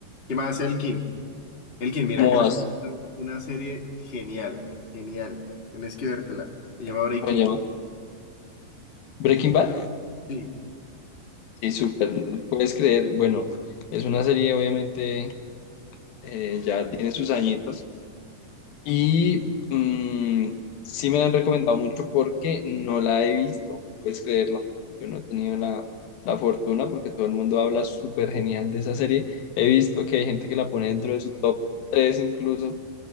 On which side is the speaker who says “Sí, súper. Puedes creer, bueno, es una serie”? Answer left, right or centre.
Left